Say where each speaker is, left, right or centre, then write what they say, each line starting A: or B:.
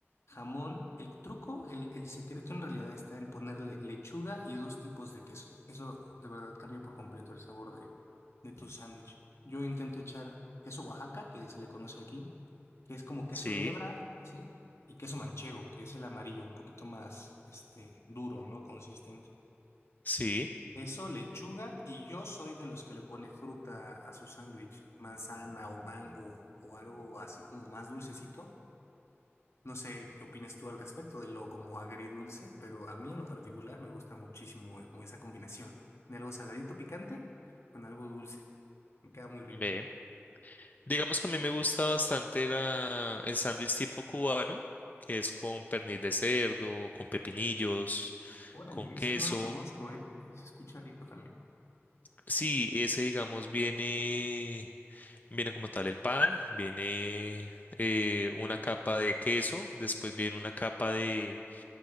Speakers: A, on the left (about 80°); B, on the left (about 40°).
A: jamón, el truco, el, el secreto en realidad está en ponerle lechuga y dos tipos de queso. Eso de verdad cambia por completo el sabor de, de tu sándwich. Yo intento echar queso Oaxaca, que se le conoce aquí, que es como queso
B: sí,
A: de hebra, ¿sí? Y queso manchego, que es el amarillo, un poquito más, este, duro, ¿no? Consistente.
B: sí,
A: Eso, lechuga, y yo soy de los que le pone fruta a su sándwich, manzana o mango o algo así como más dulcecito. No sé qué opinas tú al respecto de lo como agridulce, pero a mí en lo particular me gusta muchísimo eh, como esa combinación de algo saladito picante con algo dulce. Me queda muy rico.
B: ve. Digamos que a mí me gusta bastante la, el sándwich tipo cubano, que es con pernil de cerdo, con pepinillos,
A: Órale,
B: con queso.
A: ese no lo conozco, ¿eh? Se escucha rico también.
B: Sí, ese digamos viene, viene como tal el pan, viene eh, una capa de queso, después viene una capa de